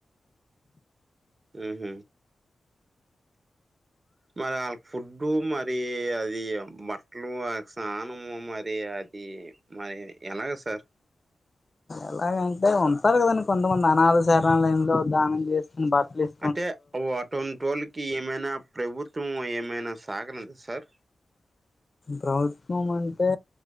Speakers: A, on the right; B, on the left.
A: ఆహ మరి వాళ్ళకి ఫుడ్డు మరి అది బట్టలు స్నానము మరి అది మరి <unintelligible> సార్
B: ఎలాగంటే ఉంటారు కదండి కొంతమంది అనాధ శరణాలయంలో <unintelligible> చేస్త బట్టలిస్
A: అంటే <unintelligible> ఏమైనా ప్రభుత్వం ఏమైన <unintelligible> సార్
B: ప్రభుత్వం అంటే